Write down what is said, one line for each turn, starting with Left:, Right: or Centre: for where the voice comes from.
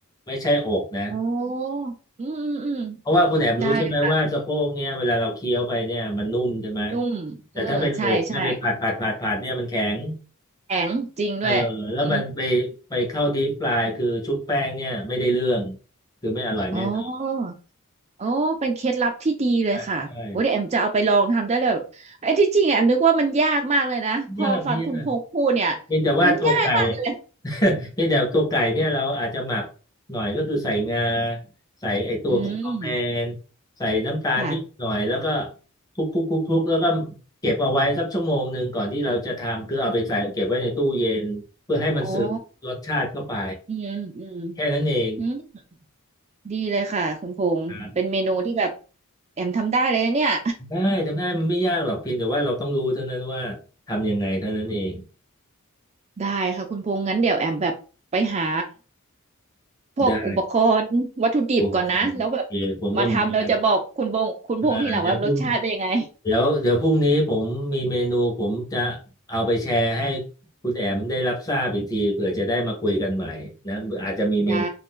Left: ไม่ใช่อกนะ
Right: อ๋ออืมอืมอืม
Left: เพราะว่าคุณแอมรู้ใช่ไหมว่าสะโพกเนี่ยเวลาเราเคี้ยวไปเนี่ยมันนุ่มใช่ไหม
Right: ได้เลยค่ะนุ่มเออใช่ใช่
Left: แต่ถ้าเป็นอกเนี่ยไปผัดผัดผัดผัดเนี่ยมันแข็ง
Right: แข็งจริงด้วยอืม
Left: เออแล้วมันไปไปเข้าดีปลายคือชุบแป้งเนี่ยไม่ได้เรื่องคือไม่อร่อยแน่นอน
Right: อ๋ออ๋อเป็นเคล็ดลับที่ดีเลยค่ะโอ้เดี๋ยวแอมจะเอาไปลองทำได้เลยไอ้ที่จริงอะแอมนึกว่ามันยากมากเลยนะพอฟังคุณพงษ์พูดเนี่ย
Left: ใช่ใช่ไม่ยากไม่ยาก เพียงแต่ว่าตัวไก่
Right: มันง่ายมากเลย
Left: <laughs> เพียงแต่ตัวไก่เนี่ยเราอาจจะหมักหน่อยก็คือใส่งาใส่ไอตัวคิดคอกแมน
Right: อืม
Left: ใส่น้ำตาลนิดหน่อยแล้วก็
Right: ค่ะ
Left: คลุกคลุกคลุกคลุกแล้วก็เก็บเอาไว้สักชั่วโมงหนึ่งก่อนที่เราจะทำคือเอาไปใส่เก็บไว้ในตู้เย็นเพื่อให้มันซึมรสชาติเข้าไป
Right: อ๋ออืมอืม
Left: แค่นั้นเอง
Right: อืมดีเลยค่ะคุณพงษ์เป็นเมนูที่แบบ
Left: ครับ
Right: แอมทำได้เลยนะเนี่ย
Left: ได้ทำได้มันไม่ยากหรอกเพียงแต่ว่าเราต้องรู้เท่านั้นว่าทำยังไงเท่านั้นเอง
Right: ได้ค่ะคุณพงษ์งั้นเดี๋ยวแอมแบบไปหาพวกอุปกรณ์วัตถุดิบก่อนนะแล้วแบบ
Left: ได้โอเคผมก็เหมือนกัน
Right: มาทำแล้วจะบอกคุณพงษ์คุณพงษ์ที่หลังว่ารสชาติเป็นยังไง
Left: อ่าเดี๋ยวพรุ่ง เดี๋ยวเดี๋ยวพรุ่งนี้ผมมีเมนูผมจะเอาไปแชร์ให้คุณแอมได้รับทราบอีกทีเผื่อจะได้มาคุยกันใหม่นะอาจจะมีเมนู
Right: ได้